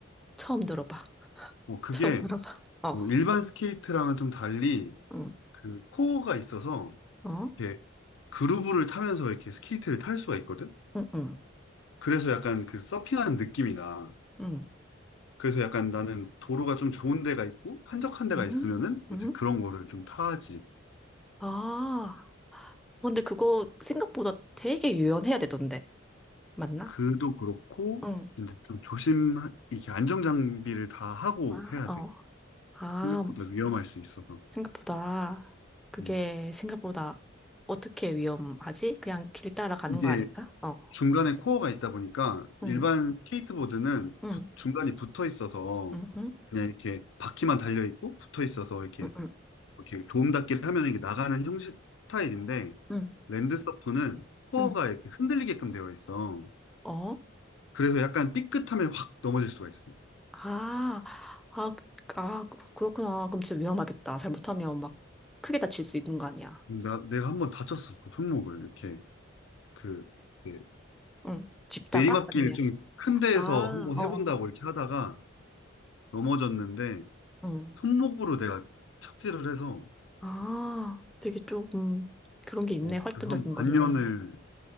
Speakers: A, in the centre; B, on the left.
A: 처음 들어봐. <laughs>
B: 뭐 그게
A: 처음 들어봐. 어.
B: 뭐 일반 스케이트랑은 좀 달리
A: 응.
B: 그 코어가 있어서
A: 어?
B: 이렇게 그루브를 타면서 이렇게 스케이트를 탈 수가 있거든.
A: 응, 응.
B: 그래서 약간 그 서핑하는 느낌이 나.
A: 응.
B: 그래서 약간 나는 도로가 좀 좋은 데가 있고 한적한 데가
A: 응?
B: 있으면은
A: 응?
B: 이제 그런 거를 좀 타지.
A: 아. 어, 근데 그거 생각보다 되게 유연해야 되던데. 맞나?
B: 그도 그렇고
A: 응.
B: 이제 좀 조심 이렇게 안정 장비를 다 하고
A: 아,
B: 해야
A: 어.
B: 돼.
A: 아,
B: 생각보다 위험할 수 있어서.
A: 생각보다 그게
B: 음.
A: 생각보다 어떻게 위험하지? 그냥 길 따라가는
B: 이게
A: 거 아닌가? 어.
B: 중간에 코어가 있다 보니까
A: 응.
B: 일반 스케이트보드는
A: 응.
B: 부- 중간이 붙어 있어서
A: 응. 응.
B: 그냥 이렇게 바퀴만 달려 있고 붙어 있어서 이렇게
A: 응. 응.
B: 이렇게 도움닫기를 하면 이게 나가는 형식 스타일인데
A: 응.
B: 랜드서프는 코어가
A: 응.
B: 이렇게 흔들리게끔 되어 있어.
A: 어?
B: 그래서 약간 삐끗하면 확 넘어질 수가 있어.
A: 아. 아, 그- 아, 그- 그렇구나. 그럼 진짜 위험하겠다. 잘못하면 막 크게 다칠 수 있는 거 아니야.
B: 나, 내가 한 번 다쳤어. 그 손목을 이렇게 그 예.
A: 응. 집다가
B: 내리막길
A: 아니면
B: 좀 큰 데에서
A: 아,
B: 한번
A: 어.
B: 해본다고
A: 어.
B: 이렇게 하다가 넘어졌는데
A: 응.
B: 손목으로 내가 착지를 해서
A: 아, 되게 조금 그런 게 있네.
B: 어,
A: 활동적인
B: 그한
A: 거는.
B: 반년을